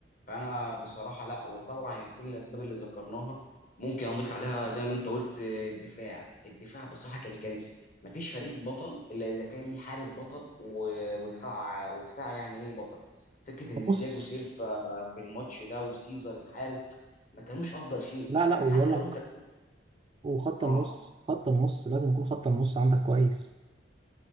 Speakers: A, on the left; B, on the right.
A: فانا بصراحه لا وطبعا يعني كل الاسباب اللي ذكرناها ممكن اضيف عليها زي ما انت قلت آه، الدفاع الدفاع بصراحه كان كارثي ما فيش فريق بطل الا اذا كان ليه حارس بطل و- ودفاع ودفاع يعني ايه بطل فكره ان
B: نص
A: تياجو سيلفا في الماتش ده وسيزر الحارس ما كانوش افضل شيء
B: لا لا
A: يعني
B: وبقول
A: حتى
B: لك
A: لو انت
B: وخط
A: اه
B: النص خط النص لازم يكون خط النص عندك كويس